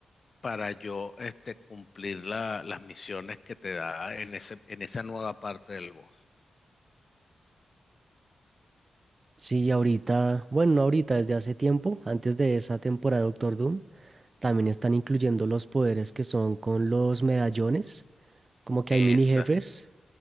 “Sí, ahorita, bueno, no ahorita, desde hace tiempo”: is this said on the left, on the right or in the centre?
Right